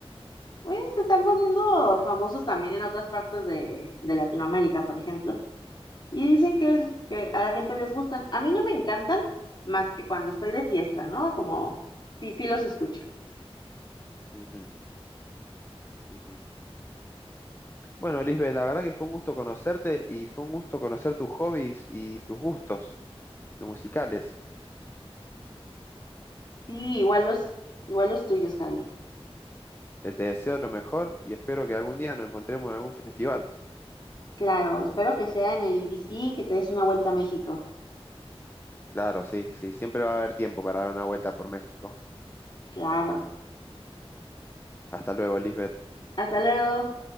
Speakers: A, on the left; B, on the left.
A: Pues se están poniendo famosos también en otras partes de, de Latinoamérica, por ejemplo, y dicen que, es, que a la gente les gustan. A mí no me encantan más que cuando estoy de fiesta, ¿no? Como, sí, sí los escucho.
B: Ujú, ujú. Bueno, Lisbeth, la verdad que fue un gusto conocerte y fue un gusto conocer tus hobbies y tus gustos musicales.
A: Sí, igual los, igual los tuyos, Javi.
B: Eh, Te deseo lo mejor y espero que algún día nos encontremos en algún festival.
A: Claro, espero que sea en el I D C que te des una vuelta a México.
B: Claro, sí, sí, siempre va a haber tiempo para dar una vuelta por México.
A: Claro.
B: Hasta luego, Lisbeth.
A: Hasta luego.